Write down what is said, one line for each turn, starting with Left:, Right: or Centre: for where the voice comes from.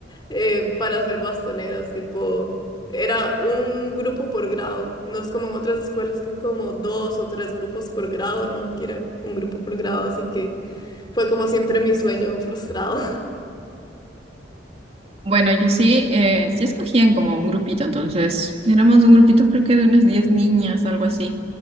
Left: eh, para hacer bastoneras, tipo, era un grupo por grado, no es como en otras escuelas que hay como dos o tres grupos por grado, no, aquí era un grupo por grado, así que fue como siempre mi sueño frustrado.
Right: Bueno, yo sí, eh, sí escogían como un grupito, entonces éramos un grupito creo que de unas 10 niñas, algo así.